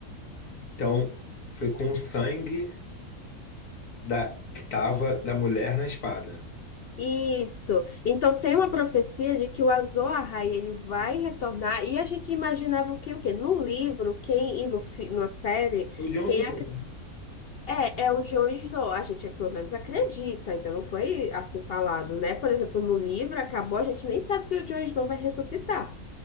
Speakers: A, on the left; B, on the left.
A: Então, foi com o sangue da, que tava da mulher na espada.
B: Isso. Então tem uma profecia de que o Azoahai ele vai retornar e a gente imaginava que o quê? No livro, quem e no, fi- na série,
A: O Jon
B: quem
A: Snow.
B: É, é o Joe Snow. A gente, pelo menos, acredita. Então, não foi assim falado, né? Por exemplo, no livro acabou, a gente nem sabe se o Joe Snow vai ressuscitar.